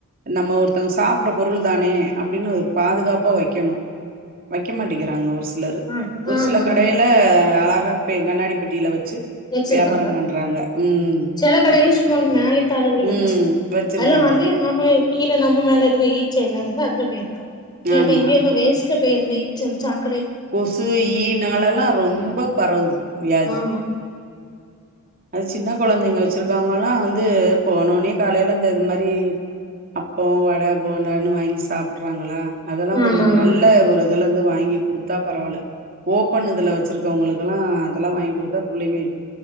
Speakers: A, on the right (about 40°); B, on the left (about 20°).
A: நம்ம ஒரு த்தவங்க சாப்ற பொருள் தானே அப்டின்னு ஒரு பாதுகாப்பா வக்கனு வக்கே மாட்டிக்கிறாங்க ஒரு சி சிலரு
B: ஆ
A: ஒரு
B: ஆமா
A: சில கடைல
B: ஆமா
A: அழகா பெ கண்ணாடி பெட்டில வச்சு
B: வச்சிருக்காங்க
A: வியாபாரம் பண்றாங்க ம்
B: செல கடைல சும்மா ஒரு மேலே தரபடி வச்சு
A: ம் வச்சிருக்காங்க
B: அல்லொ வந்து நம்மோ கீழே நம்ம மேல இருக்கற ஈச்ச எல்லா வந்து அதுல போயிருக்கு இல்லாட்டா
A: ஆமா.
B: இங்க இருந்து வேஸ்ட்ல போயிருந்த ஈச்ச சாப்
A: கொசு ஈ நாளல்லா ரொம்ப பரவுது வியாதி
B: ஆமா
A: அது சின்ன கொழந்தைங்க வச்சிருக்கவங்கல்லா வந்து போனோனே காலைல இந்த இது மாரி அப்பொ வட போண்டானு வாங்கி சாப்டறாங்களா அதெலா
B: ஆமா
A: ஒரு
B: ஆமா
A: நல்ல ஒரு இதுலருந்து வாங்கி குடுத்தா பரவால ஓபன் இதுல வச்சிருக்கவங்களுக்கெல்லா அதெலா வாங்கி குடுத்தா புள்ளைங்களுக்